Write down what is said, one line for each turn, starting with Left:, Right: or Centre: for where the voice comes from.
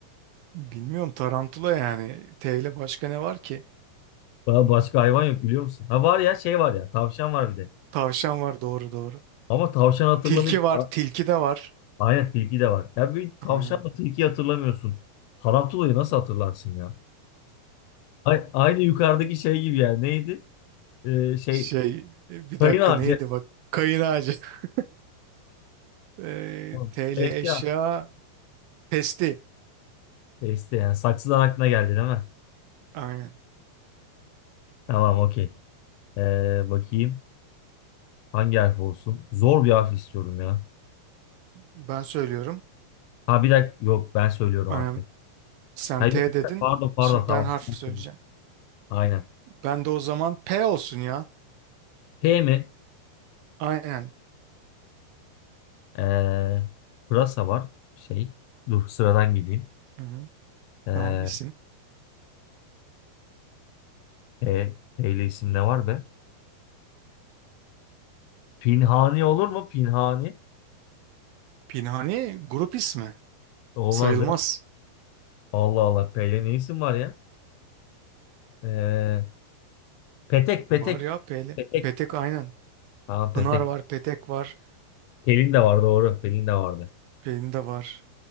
Right: Bilmiyorum tarantula yani. T ile başka ne var ki?
Left: Daha başka hayvan yok biliyor musun? Ha var ya şey var ya. Tavşan var bir de.
Right: Tavşan var doğru doğru.
Left: Ama tavşan hatırlamayıp
Right: Tilki var.
Left: A-
Right: Tilki de var.
Left: aynen tilki de var. Ya bir tavşanla
Right: Aynen.
Left: tilkiyi hatırlamıyorsun. Tarantulayı nasıl hatırlarsın ya? A- Aynı yukarıdaki şey gibi yani. Neydi? Ee, şey
Right: Şey e, bir
Left: kayın
Right: dakika
Left: ağacı.
Right: neydi bak. Kayın ağacı. <laughs> Ee,
Left: Tamam.
Right: T ile
Left: Eşya.
Right: eşya. Testi.
Left: Este yani. Saksıdan aklına geldi değil mi?
Right: Aynen.
Left: Tamam okey. Ee, bakayım. Hangi harf olsun? Zor bir harf istiyorum ya.
Right: Ben söylüyorum.
Left: Ha bir dakika. Yok ben söylüyorum
Right: Aynen.
Left: harfi.
Right: Sen
Left: Ha
Right: T
Left: yok işte,
Right: dedin.
Left: pardon pardon
Right: Şimdi
Left: tamam.
Right: ben harf
Left: Sen
Right: söyleyeceğim.
Left: söyle. Aynen.
Right: Ben de o zaman P olsun ya.
Left: P mi?
Right: Aynen.
Left: Ee, pırasa var. Şey. Dur sıradan gideyim.
Right: Hı-hı.
Left: Ee,
Right: Tamam isim.
Left: P, P'li isim ne var be? Pinhani olur mu? Pinhani.
Right: Pinhani grup ismi.
Left: Olmaz
Right: Sayılmaz.
Left: ya. Allah Allah. P'li ne isim var ya? Ee, petek petek.
Right: Var ya P'li.
Left: Petek.
Right: Petek aynen.
Left: Tamam petek.
Right: Pınar var, Petek var,
Left: Pelin de var doğru. Pelin de vardı.
Right: Pelin de var.